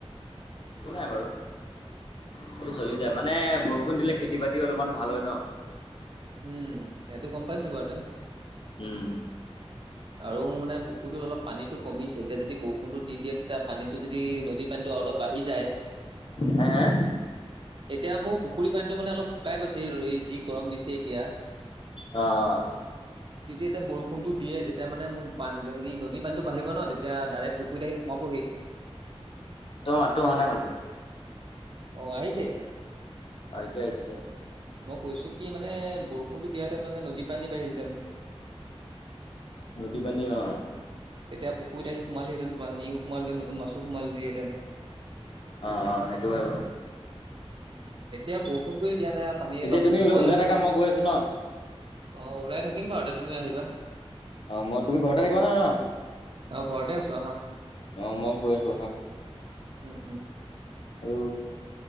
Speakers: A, on the left; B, on the right.
A: একো নাই বাৰু সেইটো চলি যা ই মানে বৰষুণ দিলে খেতি বাতি অলপমান ভাল হয় ন
B: উম সেইটো গম পাইছো বাৰু তে
A: উম
B: আৰু মানে পুখুৰটোত অলপানীটো কমিছে এতিয়া যদি বৰষুণতো দি দিয়ে তেতিয়া পানীতটো যদি যদি নদী পানীতটো অলপ বাঢ়ি যায়
A: হে হে
B: এতিয়া মোৰ পুখুৰী পানীটো মানে অলপ শুকাই গৈছে যি গৰম দিছে এতিয়া
A: অঁ
B: যেতিয়া তিয়া বৰষুন দিয়ে তেয়া তেতিয়া মানে মোৰবান হেৰি নদী পানীতটো বাঢ়িব ন তেতিয়া ডাইৰেক্ট পুখুৰীত আহি সোমাবহি
A: তোমাৰ মাতটো অহা নাই ভালকে
B: অ আহিছে এতিয়া
A: হয় এতিয়া আহিছো দিয়া
B: মই কৈছো কি মানে বৰষুণতো দিয়াহেতেন মানে নদী পানী বাঢ়িলতেন
A: নদী পানী অ
B: তেতিয়া পুখুৰীত আহি সোমাল হেতেন সোলহেতেন নতুন মাছো সোমালহেঁতেন
A: অ অ সেইটো হয়
B: উ এতিয়া বৰষুণতয়ে দিয়া নাই পানী অলপ
A: পিছে তুমি
B: নোহোৱাই
A: ওল ওলাই
B: হৈ
A: থাকা
B: গৈছে
A: মই গৈ আছো ন
B: অ ওলাই থাকিম বাৰু তিতে তুমিও আহিবা
A: অ মই তুমি ঘৰতে থাকিবা ন ন।
B: অ ঘৰতে আছো আহা
A: অ মই গৈ আছো ৰখা
B: উম উম
A: আৰু